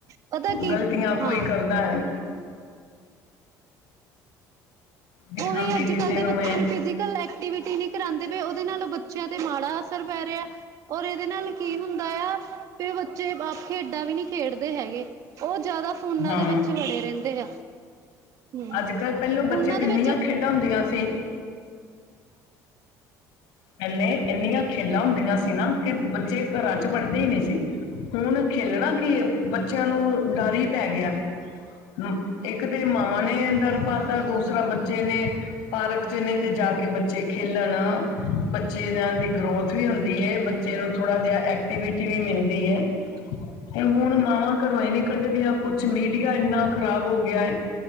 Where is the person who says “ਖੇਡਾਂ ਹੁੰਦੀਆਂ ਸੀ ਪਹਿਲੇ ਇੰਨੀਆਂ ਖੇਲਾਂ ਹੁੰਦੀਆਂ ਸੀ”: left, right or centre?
Left